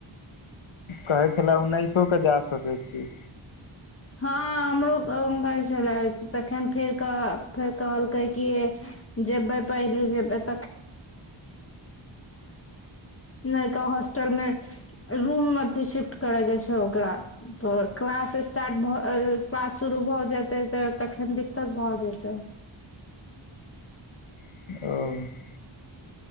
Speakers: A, on the left; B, on the left.
A: कहै छले उन्नैसो के जा सकै छी।
B: हँ हमरो गर छलै तखन फेर कह फेर कहलकै कऽ जेबै पहिलु जेबै त नहि कह हॉस्टल मे। रूम मे अथी शिफ्ट करे के छै ओकरा तो क्लास। स्टार्ट भऽ पास शुरू भऽ जेतै तऽ तखन दिक्कत भऽ जेतै।
A: ओ।